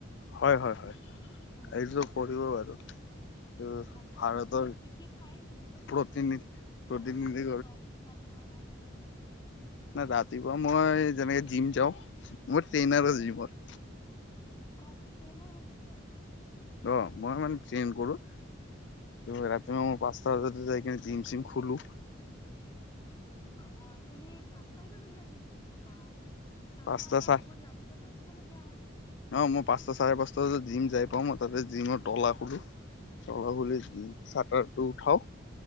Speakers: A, on the left; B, on the left.
A: হয় - হয় - হয়
B: উম।
A: এইযোৰ কৰিব বাৰু এইটো
B: বাকী
A: ভাৰতৰ
B: আপুনি কি - কি খাই দিনত
A: প্ৰতিনিধ প্ৰতিনিধি
B: অলপমান যদি গম পালো হয়। ভাল লাগিল হয়।
A: নাই ৰাতিপুৱা মই যেনেকে জিম যাও মই
B: উম।
A: ট্ৰেইনাৰ জিমৰ।
B: অ আপুনি ট্ৰেইনাৰ হৈ যিমৰ।
A: অ, মই মানে ট্ৰেইন কৰো। কি ৰাতি মা মই পাচটা বজাত যাই কিনে জিম চিম খলো।
B: অ, আপুনি পাচটা বজাতে যাই দিম বোলে বাাহ তাৰ
A: পাঁচটা
B: মানে আপোনাৰ
A: চাৰে
B: বহুত ৰাতিপুৱা উঠি উঠিবলগীয়া হয়।
A: অ, মই পাচটা চাৰে পাচটা বজাত জিম যাই পাও মই তাতে জিমৰ তলা খোলো চলা হ চাটাৰটো উঠাও।